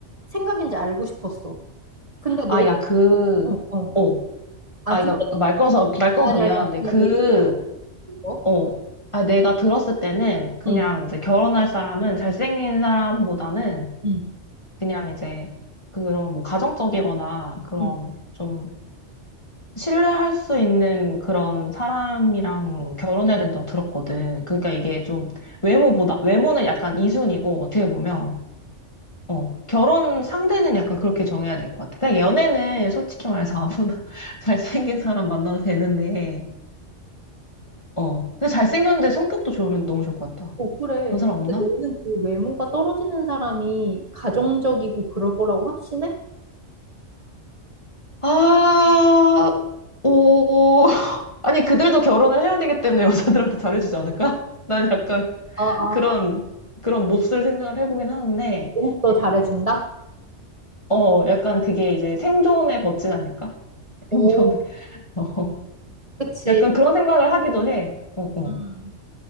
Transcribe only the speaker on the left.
아, 야, 그,
어,
아,
이거 말 끊어서, 말 끊어서
미안한데,
그,
어. 아, 내가 들었을 때는 그냥
이제 결혼할 사람은 잘생긴 사람보다는
그냥 이제 그런 뭐 가정적이거나 그런
좀 신뢰할 수 있는 그런 사람이랑 결혼해야 된다고 들었거든. 그러니까 이게 좀 외모보다, 외모는 약간 이순이고 어떻게 보면, 어, 결혼 상대는 약간 그렇게 정해야 될 것 같아. 그냥 연애는 솔직히 말해서 아무나 <laughs> 잘생긴 사람 만나도 되는데, 어. 근데 잘생겼는데 성격도 좋으면 너무 좋을 것 같다.
그런 사람
없나?
아, 오, <laughs> 아니, 그들도 결혼을 해야 되기 때문에 여자들한테 잘해주지 않을까? <laughs> 난 약간
그런, 그런 몹쓸 생각을 해보긴 하는데,
어, 약간 그게 이제 생존에 걷진 않을까? <laughs>
생존, 어,
약간 그런 생각을 하기도 해. 어, 어.